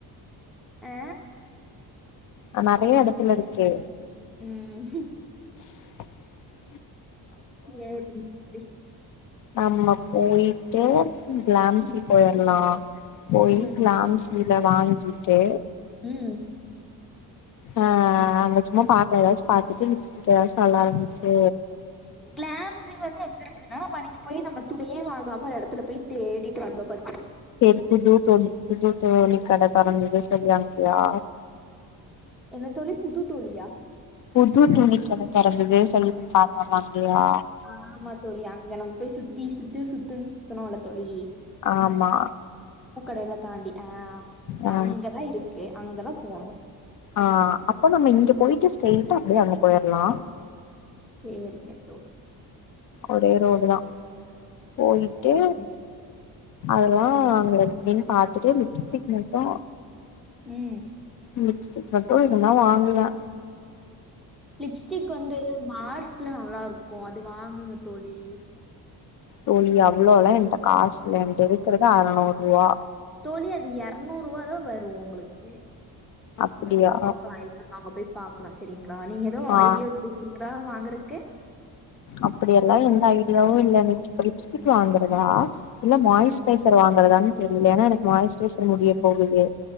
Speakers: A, in the centre; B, on the left.
A: ஆ
B: ஆ நெறய எடதுல இருக்கே
A: ம்
B: ச்
A: செரி ஆ <unintelligible>
B: நம்ம போயிட்டு பிளாம்சி
A: ம்
B: போயிரலா போயி
A: ம்
B: க்லாம்ஸில வாங்கிட்டு
A: ம்
B: ஆ அங்க சும்மா பாத்த ஏதாச்சு பாத்துட்டு லிப்ஸ்டிக் ஏதாச்சு நல்லா இருந்துச்சு
A: கிளாம்ஸ்சே வந்து எங்க இருக்குன்னா நம்ம அன்னைக்கு போய் நம்ம துணியே வாங்காம ஒரு எடத்துல போய் தேடிட்டு வந்த பாத்
B: செரி புது தோழி புது தோழி கடே தொரந்தது சொல்லியனுப்பலயா
A: என்ன தோழி புது தோழியா
B: புது துணி கட தொறந்துது சொல்லி போய் பாத்தோ வந்தியா
A: ஆமா தோழி அங்க நம்ப போய் சுத்தி சுத்து சுத்துனு சுத்துனோல தோழி
B: ஆமா
A: பூக்கடைல தாண்டி ஆ
B: ஆ
A: அங்கதா இருக்கு அங்கதா போனு
B: ஆ அப்போ நம்ம இங்க போயிட்டு ஸ்ட்ரைட்டா அப்டியே அங்க போயர்லா
A: சேரிங்க தோழி
B: ஒரே ரோடுதா போயிட்டு
A: ம்
B: அதெல்லா அங்க எப்டின்னு பாத்துட்டு லிப்ஸ்டிக் மட்டு
A: ம்
B: லிப்ஸ்டிக் மட்டு இருந்தா வாங்குவ
A: லிப்ஸ்டிக் வந்து மார்ஸ்ல நல்லா இருக்கு அது வாங்குங்க தோழி
B: தோழி அவ்ளோலா என்ட்ட காசுல்ல என்ட்ட இருக்குறது அறநூறுவா
A: தோழி அது எரநூறுவாதா வரு உங்ளுக்கு
B: அப்டியா
A: நீங்க பாக்கலா என்ன அங்க போய் பாக்லா சரிங்ளா நீங்க எதோ
B: ஆ
A: ஐடியா எது <inaudible> வாங்றக்கு
B: அப்டியெல்லா எந்த ஐடியாவு இல்ல எனக் இப்ப லிப்ஸ்டிக் வாங்குறதா இல்ல மாய்ஸ்ட்ரைசர்
A: ம்
B: வாங்குறதானு தெரில ஏன்னா எனக்கு மாய்ஸ்ட்ரைசர் முடிய போகுது